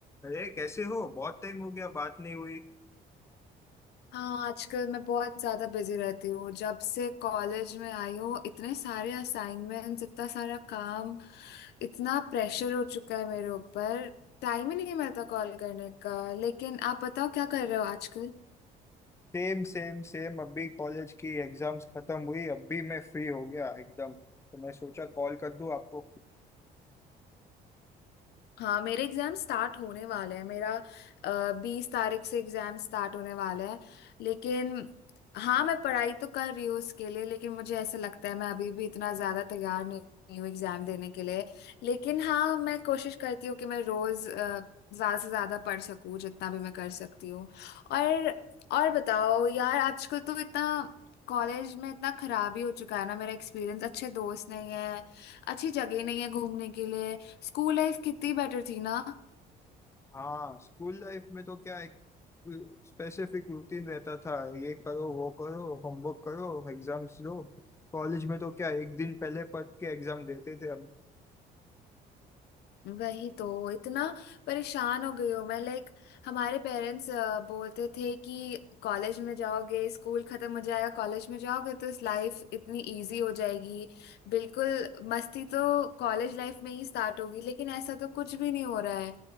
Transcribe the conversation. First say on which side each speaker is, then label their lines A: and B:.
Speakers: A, on the left; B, on the left.
A: अरे कैसे हो बहुत टाइम हो गया बात नहीं हुई
B: हाँ आजकल मैं बहुत ज्यादा बिजी रहती हूँ जब से कॉलेज में आई हूँ इतने सारे असाइनमेंट्स इतना सारा काम इतना प्रेशर हो चुका है मेरे ऊपर टाइम ही नहीं मिलता कॉल करने का लेकिन आप बताओ क्या कर रहे हो आजकल
A: सेम सेम सेम अभी कॉलेज की एग्जाम्स खत्म हुई अभी मैं फ्री हो गया एकदम तो मैं सोचा कॉल कर दूं आपको
B: हाँ मेरे एग्जाम स्टार्ट होने वाले हैं मेरा बीस तारीख से एग्जाम स्टार्ट होने वाला है लेकिन हाँ मैं पढ़ाई तो कर रही हूँ उसके लिए लेकिन मुझे ऐसा लगता है मैं अभी भी इतना ज्यादा तैयार नहीं हूँ एग्जाम देने के लिए लेकिन हाँ मैं कोशिश करती हूँ कि मैं रोज अ, ज्यादा से ज्यादा पढ़ सकूँ जितना भी मैं कर सकती हूँ और और बताओ यार आजकल तो इतना कॉलेज में इतना खराब ही हो चुका है ना मेरा एक्सपीरियंस अच्छे दोस्त नहीं है अच्छी जगह नहीं है घूमने के लिए स्कूल लाइफ कितनी बेटर थी ना
A: हाँ स्कूल लाइफ में तो क्या एक स्पेसिफिक रूटीन रहता था ये करो वो करो होमवर्क करो एग्जाम्स दो कॉलेज में तो क्या एक दिन पहले पढ़ के एग्जाम देते थे हम
B: वही तो इतना परेशान हो गई हूँ मैं लाइक हमारे पेरेंट्स बोलते थे कि कॉलेज में जाओगे स्कूल खत्म हो जाएगा कॉलेज में जाओगे तो इस लाइफ इतनी इजी हो जाएगी बिल्कुल मस्ती तो कॉलेज लाइफ में ही स्टार्ट होगी लेकिन ऐसा तो कुछ भी नहीं हो रहा है